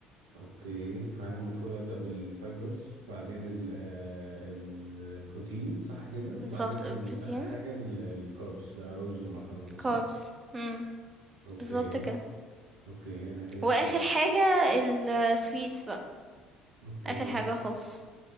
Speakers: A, on the right; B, on the right.
A: اوكي فانا المفروض ابدا بالفايبرز بعدين ال- آه، البروتين صح كده
B: بالضبط،
A: بعدين ال-
B: بروتين.
A: اخر حاجه ال- الكاربس بقى رز ومكرونه صح
B: carbs امم
A: اوكي
B: بالضبط كده.
A: اوكي انا كده
B: وآخر
A: فهمت
B: حاجة الsweets بقى،
A: اوكي
B: آخر حاجة خالص.